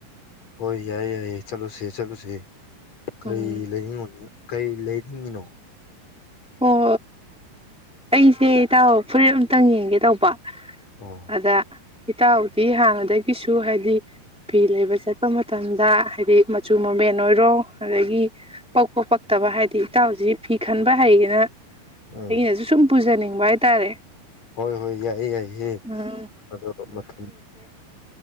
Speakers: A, on the left; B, in the centre.
A: ꯍꯣꯏ ꯌꯥꯏꯌꯦ ꯌꯥꯏꯌꯦ ꯆꯠꯂꯨꯁꯦ ꯆꯠꯂꯨꯁꯤ ꯀꯩ
B: ꯎꯝ
A: ꯂꯩꯉꯣ ꯀꯩ ꯂꯩꯅꯤꯡꯉꯤꯅꯣ
B: ꯑꯣ ꯑꯩꯁꯦ ꯏꯇꯥꯎꯣ ꯐꯨꯔꯤꯠ ꯑꯝꯇꯪ ꯌꯦꯡꯒꯦ ꯇꯧꯕ
A: ꯑꯣ
B: ꯑꯗ ꯏꯇꯥꯎꯗꯤ ꯍꯥꯟꯅꯗꯒꯤꯁꯨ ꯍꯥꯏꯗꯤ ꯐꯤ ꯂꯩꯕ ꯆꯠꯄ ꯃꯇꯝꯗ ꯍꯥꯏꯗꯤ ꯃꯆꯨ ꯃꯃꯦꯟ ꯑꯣꯏꯔꯣ ꯑꯗꯒꯤ ꯄꯛꯄ ꯄꯛꯇꯕ ꯍꯥꯏꯗꯤ ꯏꯇꯥꯎꯁꯤ ꯐꯤ ꯈꯟꯕ ꯍꯩꯌꯦ ꯇ
A: ꯎꯝ
B: ꯑꯩꯅꯁꯨ ꯁꯨꯝ ꯄꯨꯖꯅꯤꯡꯉ ꯁꯪ ꯍꯥꯏꯇꯥꯔꯦ
A: ꯍꯣꯏ ꯍꯣꯏ ꯌꯥꯏꯌꯦ ꯌꯥꯏꯌꯦ
B: ꯎꯝ
A: ꯑꯗꯣ ꯃꯇꯝ